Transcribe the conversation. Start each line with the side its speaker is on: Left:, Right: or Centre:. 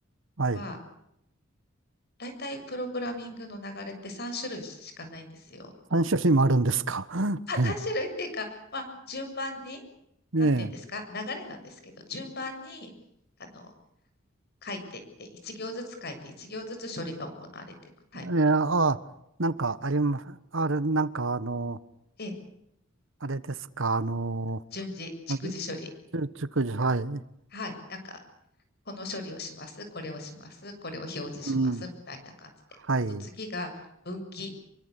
Right: はい。
Left: は、大体プログラミングの流れって3種類しかないんですよ。
Right: 三種類もあるんですか。<laughs>
Left: まあ、3種類っていうか、
Right: ええ。
Left: まあ、順番に、
Right: ねえ。
Left: なんていうんですか、流れなんですけど、順番に、あの、書いていって、1行ずつ書いて、1行ずつ処理が行われていくタイプ。
Right: えー、ああ、なんかありま、あれ、なんかあの、
Left: ええ、
Right: あれですか、あの、
Left: 順次、逐次処理。
Right: あじゅ熟女、はい、
Left: はい。なんか、この処理をします、これをします、これを表示します、
Right: うん、
Left: みたいな感じで。
Right: はい、
Left: と次が分岐。